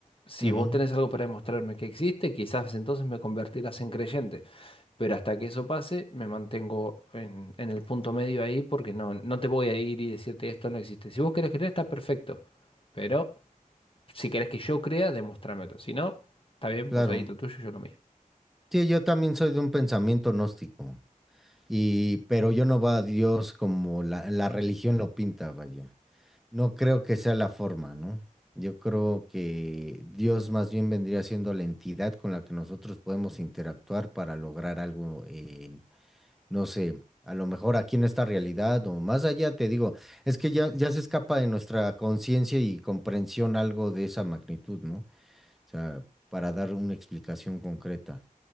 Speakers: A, on the left; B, in the centre.
A: Si
B: Ujú,
A: vos tenés algo para demostrarme que existe, quizás entonces me convertirás en creyente. Pero hasta que eso pase, me mantengo en, en el punto medio ahí, porque no, no te voy a ir y decirte esto no existe. Si vos querés creer, está perfecto. Pero si querés que yo crea, demuéstramelo. Si no, está bien,
B: claro.
A: vos ahí lo tuyo, yo lo mío.
B: Sí, yo también soy de un pensamiento gnóstico. Y, pero yo no va a Dios como la, la religión lo pinta, vaya. No creo que sea la forma, ¿no? Yo creo que Dios más bien vendría siendo la entidad con la que nosotros podemos interactuar para lograr algo en, no sé, a lo mejor aquí en esta realidad o más allá, te digo, es que ya, ya se escapa de nuestra conciencia y comprensión algo de esa magnitud, ¿no? O sea, para dar una explicación concreta.